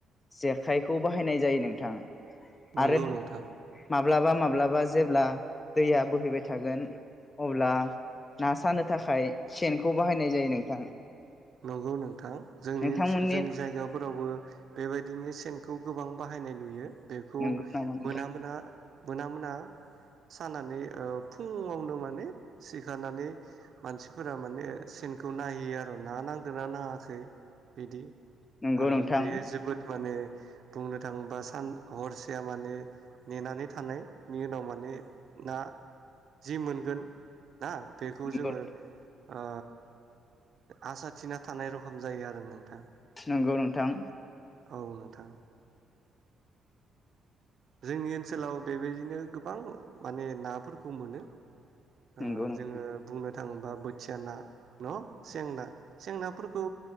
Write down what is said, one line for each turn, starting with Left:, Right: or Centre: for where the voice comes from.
Left: जे खायखौ बाहायनाय जायो नोंथां
Right: नंगौ
Left: आरो
Right: नोंथां
Left: माब्लाबा माब्लाबा जेब्ला दैया बोहैबाय थागोन अब्ला ना सानो थाखाय सेनखौ बाहायनाय जायो नोंथां
Right: नंगौ नोंथां थां जोंनि
Left: नोंथांमोननि
Right: ओन जोंनि जायगाफोरावबो बेबायदिनो सेन खौ गोबां बाहायनाय नुयो बेखौ
Left: नंगौ नामा नोंथां
Right: मोना मोना मोना मोना सानानानै ओ फुङावनो माने सिखारनानै मानसिफोरा माने सेनखौ नायहैयो आरो ना नांदोंना नाङाखै बिदि
Left: नंगौ
Right: आरो
Left: नोंथां
Right: बेयो जोबोद माने बुंनो थाङोबा सान हरसेया माने नेनानै थानायनि उनाव माने ना जि मोनगोन ना बेखौ
Left: नंगौ
Right: जोङो ओ आसा थिना थानाय रखम जायो आरो नोंथां
Left: नंगौ नोंथां
Right: औ नोंथां जोंनि ओनसोलाव बेबायदिनो गोबां माने नाफोरखौ मोनो
Left: नंगौ
Right: ओ
Left: नोंथां
Right: जोङो बुंनो थाङोबा बोथिया ना न' सेंना सेंनाफोरखौ